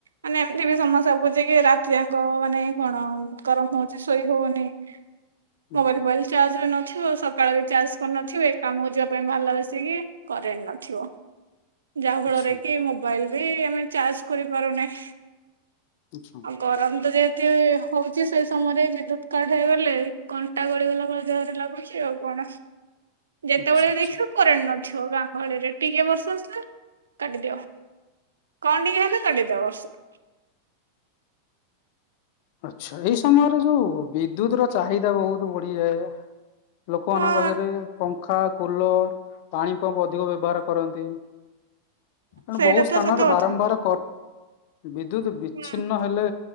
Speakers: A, on the right (about 70°); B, on the left (about 50°).
A: ମାନେ ଏମିତି ବି ସମସ୍ୟା ହଉଛି କି ରାତିଜାଙ୍କ ମାନେ କଣ ଗରମ୍ ହଉଛି ଶୋଇ ହଉନି ହ
B: ହୁଁ
A: <inaudible> ମୋବାଇଲ୍ ଫୋବାଇଲ୍ ଚାର୍ଜ ବି ନଥିବ ସକାଳ ବି ଚାର୍ଜ କରିନଥିବେ କାମକୁ ଯିବା ପାଇଁ ବାହାରିଲା ବସିକି କରେଣ୍ଟ୍ ନଥିବ ଯାହା ଫଳରେ
B: ଆଚ୍ଛା
A: କି ମୁ ମୋବାଇଲ୍ ବି ଆମେ ଚାର୍ଜ କରିପାରୁନେ।
B: କିଛୁ <inaudible>
A: ଗରମ୍ ତ ଯେହେତୀ ହଉଚି ସେଇ ସମୟରେ ବିଦ୍ୟୁତ୍ କାଟ୍ ହେଇଗଲେ କଣ୍ଟା ଗଳି ଗଲା ଭଳି ଦେହରେ ଲାଗୁ ଆଉ କଣ ଯେତେବଳେ
B: ଆଚ୍ଛା ଆଚ୍ଛା।
A: ଦେଖିବ କରେଣ୍ଟ୍ ନଥିବ ଗାଁ ଗହଳିରେ ଟିକେ ବର୍ଷା ଆସିଲା କାଟିଦିଅ। କଣ ଟିକେ ହେଲେ କାଟି ଦବ ର୍ଷା।
B: ଆଛା ଏଇ ସମୟରେ ଯୋଉ ବିଦ୍ୟୁତ୍ ର ଚାହିଦା ବହୁତ୍ ବଢିଯାଏ ଲୋକମାନଙ୍କ
A: ହଁ
B: ପାଖରେ ପଙ୍ଖା କୁଲର ପାଣିପମ୍ପ ଅଧିକ ବ୍ୟବହାର କରନ୍ତି। ତେଣୁ
A: ସେଇଟା
B: ବହୁ ସ୍ଥାନରେ
A: ତ ସତ
B: ବାରମ୍ବାର
A: କଥା
B: ବିଦ୍ୟୁତ୍ ବିଛିନ୍ନ
A: ହୁଁ
B: ହେଲେ